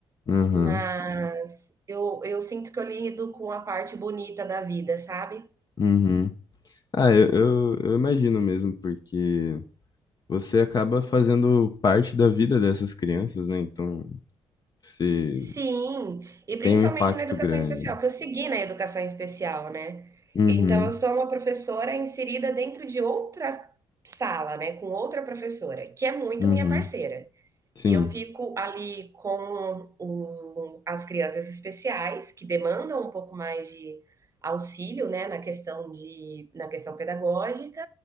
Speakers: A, on the left; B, on the right.
A: uhum,
B: mas eu eu sinto que eu lido com a parte bonita da vida, sabe?
A: uhum. Ah, eu, eu, eu imagino mesmo, porque você acaba fazendo parte da vida dessas crianças, né? Então, você
B: Sim, e principalmente
A: tem um impacto
B: na educação
A: grande.
B: especial, porque eu segui na educação especial, né.
A: Uhum,
B: Então eu sou uma professora inserida dentro de outra sala, né, com outra professora, que é muito
A: uhum,
B: minha parceira.
A: sim.
B: E eu fico ali com o- as crianças especiais, que demandam um pouco mais de auxílio, né, na questão de, na questão pedagógica,